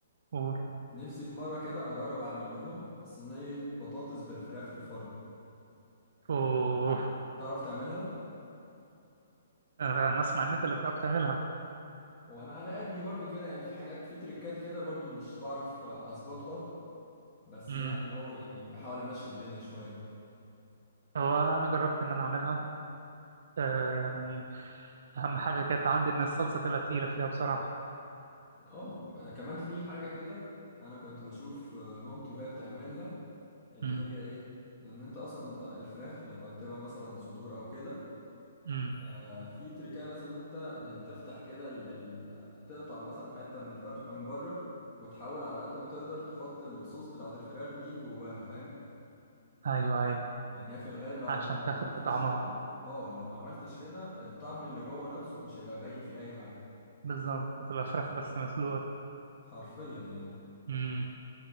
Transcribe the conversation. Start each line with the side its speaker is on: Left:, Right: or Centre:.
Right: قول
Left: نفسي في مره كده اجرب اعمل لهم صينيه بطاطس بالفراخ في الفرن
Right: اوه
Left: انت بتعرف تعملها
Right: آه، انا اسمع ان انت اللي بتعرف تعملها
Left: وانا على قدي برضو كده يعني في حاجات في تريكات كده برضو مش بعرف اظبطها بس
Right: امم
Left: يعني هو يعني بحاول امشي الدنيا شويه
Right: هو انا جربت ان انا اعملها آه يعني اهم حاجة كانت عندي ان الصلصة تبقى تقيلة فيها بصراحة
Left: اه أنا كمان في حاجة كده انا كنت بشوف آه، مامتي وهي بتعملها اللي
Right: امم
Left: هي ايه لان انت اصلا انت الفراخ لما بتبقى مثلا صدور او كده
Right: امم
Left: آه، في تركية لازم انت يعني تفتح كده ال... ال... تقطع مثلا حتة من الفرخة من بره وتحاول على قد ما تقدر تحط الصوص بتاعت الفراخ دي جواها فاهم
Right: ايوه ايوه
Left: لان هي في الغالب لو
Right: عشان
Left: لو
Right: تاخد
Left: ما عملتش
Right: بطعمها
Left: كده اه لو ما عملتش كده الطعم اللي جوه نفسه مش هيبقى باين فيه اي حاجة
Right: بالظبط بتبقى فراخ بس مسلوقة
Left: حرفيا يعني
Right: امم